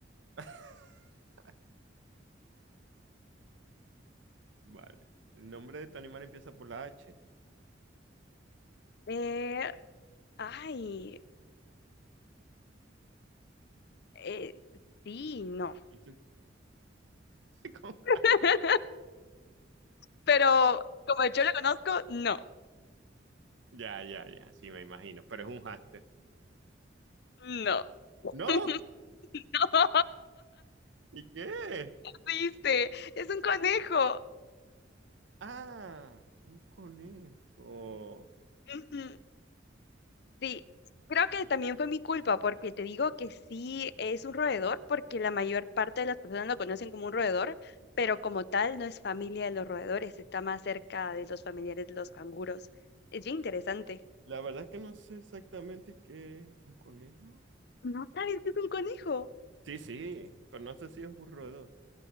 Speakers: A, on the right; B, on the left.
A: <laughs> Vale. El nombre de tu animal empieza por la H.
B: Eh, ay. Eh, sí, no.
A: Eso- <laughs> ¿Cómo?
B: <laughs> Pero como yo lo conozco, no,
A: Ya, ya, ya, sí, me imagino, pero es un hámster.
B: no.
A: ¿No?
B: <laughs> No,
A: ¿Y qué?
B: viste, es un conejo.
A: Ah, un conejo.
B: Ujú. Sí, creo que también fue mi culpa porque te digo que sí es un roedor porque la mayor parte de las personas lo conocen como un roedor, pero como tal no es familia de los roedores, está más cerca de los familiares de los canguros. Es bien interesante.
A: La verdad es que no sé exactamente qué un conejo.
B: ¿No sabes que es un conejo?
A: Sí, sí, pero no sé si es un roedor.